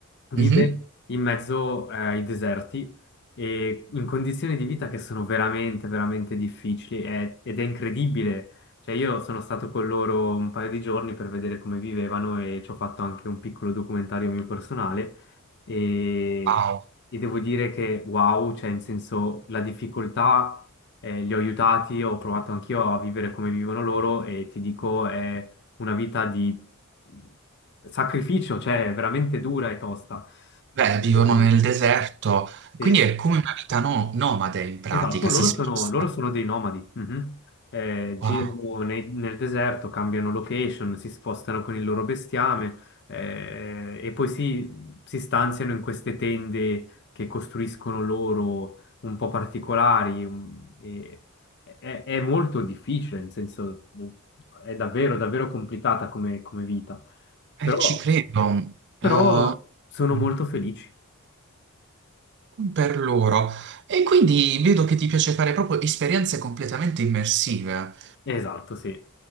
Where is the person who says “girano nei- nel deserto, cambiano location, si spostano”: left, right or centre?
Left